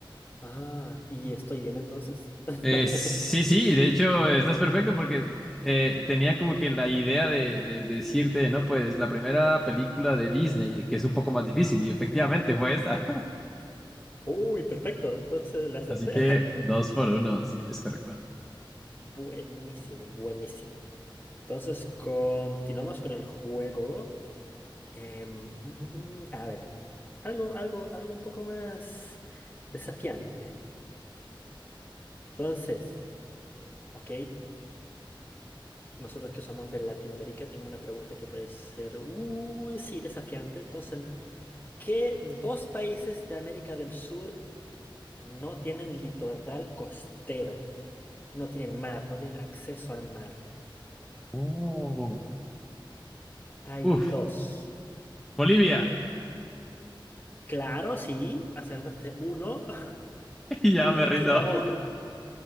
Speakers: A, on the left; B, in the centre.
A: Ah, ¿y estoy bien entonces? <laughs>
B: Eh, sí, sí, de hecho estás perfecto porque eh, tenía como que la idea de, de- de decirte, ¿no? Pues la primera película de Disney, que es un poco más difícil, y efectivamente fue esta.
A: Uy, perfecto, entonces
B: <laughs>
A: la acerté.
B: Así que dos por uno, sí, es correcto. Ok.
A: <laughs> Buenísimo, buenísimo. Entonces, continuamos con el juego. Em, mm, mm, mm, a ver, algo, algo, algo un poco más desafiante. Entonces, ok, nosotros que somos de Latinoamérica, tengo una pregunta que puede ser, uh, sí, desafiante. Entonces, ¿qué dos países de América del Sur no tienen litoral costero? No tienen mar, no tienen acceso al mar.
B: Oh.
A: Hay
B: Uf,
A: dos.
B: Bolivia,
A: Claro, sí, acertaste uno <laughs>
B: <laughs>
A: y
B: ya me rindo.
A: queda otro.